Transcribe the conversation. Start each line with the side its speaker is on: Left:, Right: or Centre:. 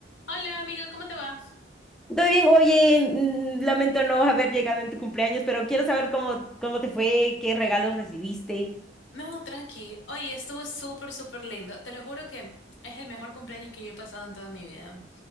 Left: Hola amiga, ¿cómo te va?
Centre: Todo bien, oye, mm, lamento no haber llegado en tu cumpleaños, pero quiero saber cómo, cómo te fue, qué regalos recibiste.
Left: No, tranqui. Oye, estuvo súper, súper lindo. Te lo juro que es el mejor cumpleaños que yo he pasado en toda mi vida.